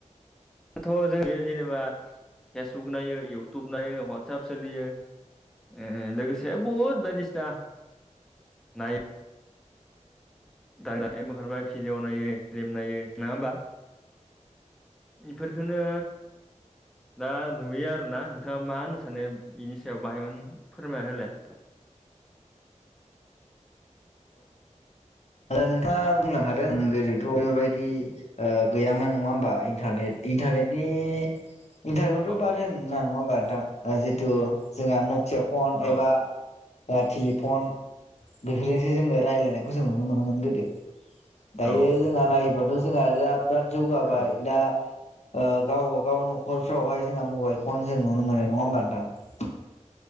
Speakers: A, in the centre; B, on the left.
A: दाथ' जोंङो जेनेबा फेसबुक नायो इउटुब नायो हाटसाप सोलियो ओ लोगोसे बहुद बायदिसिना, नाय दाग्रा एप ओंखारबाय भिडिअ नायो फ्लिम नायो नाङा ओमबा? इफोरफोरखोनो दा नुयो आरोना नोंथाङा मा होननो सानो बिनि सायाव बाहायमोन फोरमायना होलाय
B: नोंथाङा बुंलांखादों गोदोथ' बेफोरबायदि ओ गैयामोन नङा ओमबा इन्टारनेट इन्टारनेटनि इन्टारेखौथ'
A: अ
B: बाद होन ना नङा होमबा नोंथां जिथु जोंहा नकिया फन
A: अ
B: एबा टेलिफन बेफोरजोंसो जोङो रायजलायनायखौ जों नुनो मोन गोदो दायो
A: औ
B: जोंहा नायोबथ' जोंहा दा बिराद जौगाबाय
A: औ
B: दा ओ गावबा गाव नखरफ्रावहाय जोंङा मबाइल फन जों नुनो मोननाय नङा ओमबा नोंथां।